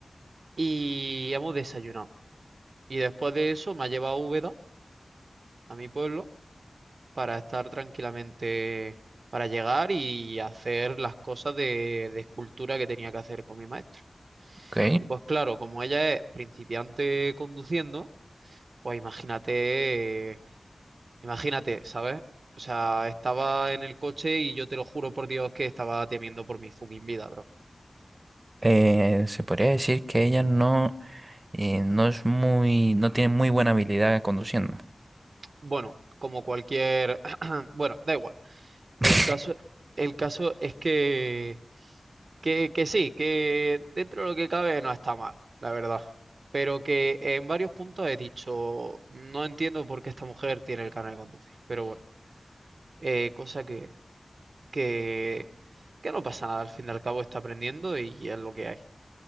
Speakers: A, on the right (about 75°); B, on the right (about 35°).
A: y hemos desayunado. Y después de eso me ha llevado a Úbeda, a mi pueblo, para estar tranquilamente, para llegar y hacer las cosas de, de escultura que tenía que hacer con mi maestro.
B: Ok.
A: Y pues claro, como ella es principiante conduciendo, pues imagínate, imagínate, ¿sabes? O sea, estaba en el coche y yo te lo juro por Dios que estaba temiendo por mi fucking vida, bro.
B: Eh, se podría decir que ella no, eh, no es muy, no tiene muy buena habilidad conduciendo.
A: Bueno, como cualquier... <clears throat> Bueno, da igual.
B: <laughs>
A: El caso, el caso es que, que, que sí, que dentro de lo que cabe no está mal, la verdad. Pero que en varios puntos he dicho, no entiendo por qué esta mujer tiene el canal de conducir. Pero bueno, eh, cosa que... que, que no pasa nada, al fin y al cabo está aprendiendo y es lo que hay.